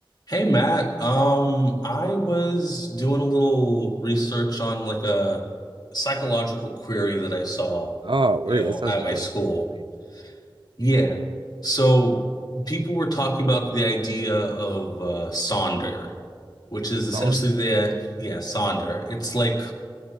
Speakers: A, on the left; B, on the right.
A: Hey Matt, um, I was doing a little research on like a psychological query that I saw,
B: Oh, where
A: you know,
B: that sounds
A: at
B: interesting
A: my school.
B: to me.
A: Yeah. So people were talking about the idea of uh, Sonder, which is
B: Saunders.
A: essentially the, yeah, Sonder. It's like,